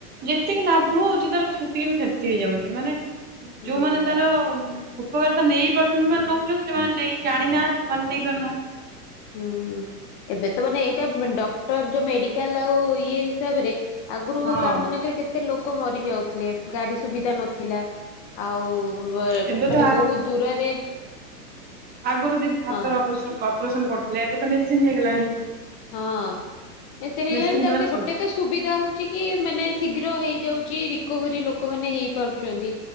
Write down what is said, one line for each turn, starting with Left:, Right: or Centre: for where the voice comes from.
Right: ଯେତିକି ଲାଭ ହୋଇଚି ତାର କ୍ଷତିବି ଫ୍ୟାଚି ହେଇଯାଉଛି ମାନେ ଉଁ
Left: ହୁଁ
Right: ଯୋଉମାନେ ତାର ଉପକାରିତା ନେଇ ପାରୁଚନ୍ ନାଁ ନୋଉଚନ୍ ସେମାନେ ନେଇ ଜାଣିନାହାଁନ୍ତି ସେମାନେ ନେଇପାରୁନାହାନ୍ତି।
Left: ହୁଁ ଏବେ ତ ମାନେ ଏଇଟା ମାନ୍ ଡକ୍ଟର ଯୋଉ ମେଡ଼ିକାଲ୍ ଆଉ ଇଏ ତାଆବରେ ଆଗରୁ
Right: ହଁ
Left: ଗାଁ ମାନଙ୍କରେ କେତେ ଲୋକ ମରି ଯାଉଥିଲେ ଗାଡ଼ି ସୁବିଧା ନଥିଲା। ଆଉ ମାଏ
Right: ଏବେ
Left: ମାନେ
Right: ତ
Left: ବହୁତ୍ ଦୂରରେ
Right: ଆଗୁରୁ ଦିଦି ହାତରେ
Left: ହଁ
Right: ଅପରେସନ୍ ଅପରେସନ୍‌ କରୁଥିଲେ ଏବେ ତ ମେସିନ୍ ହେଇଗଲାଣି।
Left: ହଁ ମେସିିନ୍ ହେଲାଣିି
Right: ମେସିନ
Left: ତା
Right: ଦ୍ଵାରା
Left: ପରେ ଗୋଟେ
Right: ସବୁ
Left: ତସ୍ ସୁବିଧା ହୋଉଛି କି ମାନେ ଶୀଘ୍ର ହେଇଯାଉଛି ରିକଭରି ଲୋକମାନେ ହେଇ କରୁଚନ୍ତି